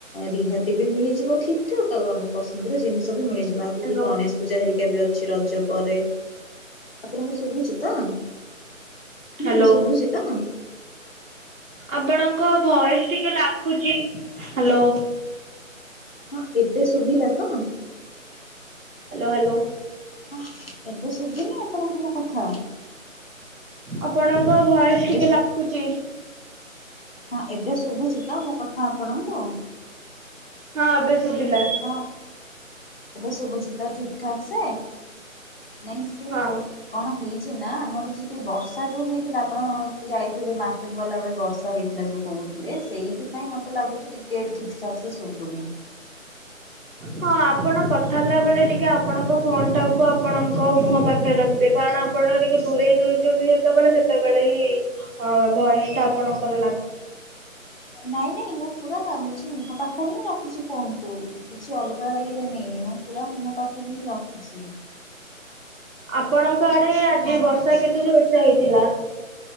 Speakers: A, on the left; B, on the right.
A: ରିହାତି ବି ମିଳିଯିବ ଠିକଠାକ, ଆଉ ଆମ ପସନ୍ଦର ଜିନିଷ ବି ମିଳିଯିବ, ଆଗକୁ
B: ହ୍ୟାଲୋ
A: ଗଣେଶ ପୂଜା ହେରିକା ବି ଅଛି ରଜ ପରେ, ଆପଣଙ୍କୁ ଶୁଭୁଛି ତ? ହୁଁ
B: ହ୍ୟାଲୋ
A: ଶୁଭୁଚିତ।
B: ଆପଣଙ୍କ ଭଏସ ଟିକେ ଲାଖୁଛି, ହାଲୋ।
A: ହଁ ଏବେ ଶୁଭିଲାତ।
B: Hello hello.
A: ହଁ ଏବେ ଶୁବୁନି ଆପଣଙ୍କୁ ମୋ କଥା।
B: ଆପଣଙ୍କ ଭଏସ
A: ଏବେ
B: ଟିକେ ଲାଖୁଛି।
A: ହଁ ଏବେ ଶୁଭୁଛି ତ ମୋ କଥା ଆପଣଙ୍କୁ।
B: ହଁ ଏବେ ଶୁଭିଲା।
A: ହଁ। ଏବେ ଶୁଭୁଚିତ ଠିକଠାକସେ, ନାଇଁ ସେ
B: ହଁ
A: କଣ ହେଇଛି ନା ଆମର ସେଟି ବର୍ଷା ଯୋଉ ହେଇଥିଲା, ଆପଣ ଯାଇଥିବେ ମାର୍କେଟ ଗଲାବେଳେ ବର୍ଷା ହେଇଥିଲା ଯୋଉ କହୁଥିଲେ, ସେଇଥିପାଇଁ ମତେ ଲାଗୁଛି ଟିକେ ଠିକଠାକ୍ ସେ ଶୁଭୁନି। <unintelligible>
B: ହଁ ଆପଣ କଥା ହେଲା ବେଳେ, ଟିକେ ଆପଣଙ୍କ ଫୋନ ଟାକୁ ଆପଣଙ୍କ ମୁହଁ ପାଖରେ ରଖିବେ କାରଣ ଆପଣ ଟିକେ ଦୂରେଇ ଦଉଛନ୍ତି ଯେତେବେଳେ ସେତେବେଳେ ହିଁ-ଇ-ଇ ଅ-ଅ ଭୟସ୍ ଟା ଆପଣଙ୍କର ଲାଖ୍
A: ନାଇଁ ନାଇଁ ମୁଁ ପୁରା ହଉଛି ମୁହଁ ପାଖରେ ହିଁ ରଖିଛି ଫୋନ କୁ। କିଛି ଅଲଗା ଇଏରେ ନେଇନି ମୁଁ ପୁରା ମୁହଁ ପାଖରେ ହିଁ ରଖିଛି।
B: ଆପଣଙ୍କ ଆଡେ ଆଜି
A: ହଁ
B: ବର୍ଷା କେତେ ଯୋରସେ ହେଇଥିଲା?